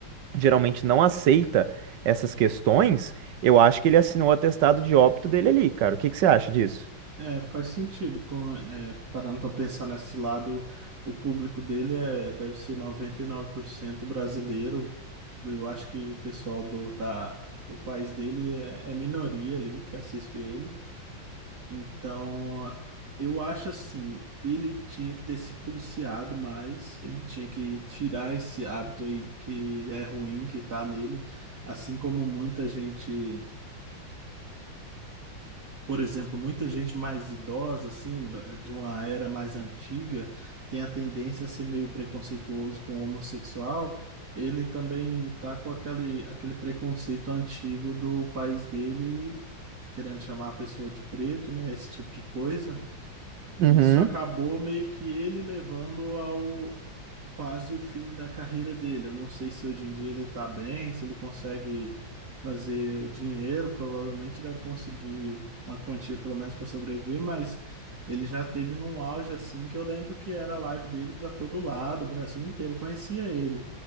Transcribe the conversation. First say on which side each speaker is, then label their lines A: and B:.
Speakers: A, on the right; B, on the right.
A: geralmente não aceita essas questões, eu acho que ele assinou o atestado de óbito dele ali, cara. O que que você acha disso?
B: É, faz sentido, como, é, parando para pensar nesse lado, o público dele é, deve ser 99% brasileiro. Eu acho que o pessoal do, da, do país dele é, é minoria ali que assiste ele. Então, eu acho assim, ele tinha que ter se policiado mais, ele tinha que tirar esse hábito aí que é ruim, que tá nele, assim como muita gente. Por exemplo, muita gente mais idosa, assim, ba- de uma era mais antiga, tem a tendência a ser meio preconceituoso com o homossexual. Ele também tá com aquele, aquele preconceito antigo do país dele, querendo chamar a pessoa de preto, né? Esse tipo de coisa.
A: Uhum.
B: Isso acabou meio que ele levando quase o fim da carreira dele. Eu não sei se hoje em dia ele está bem, se ele consegue fazer dinheiro, provavelmente deve conseguir uma quantia pelo menos para sobreviver, mas ele já teve num auge assim que eu lembro que era a live dele para todo lado, o Brasil inteiro conhecia ele.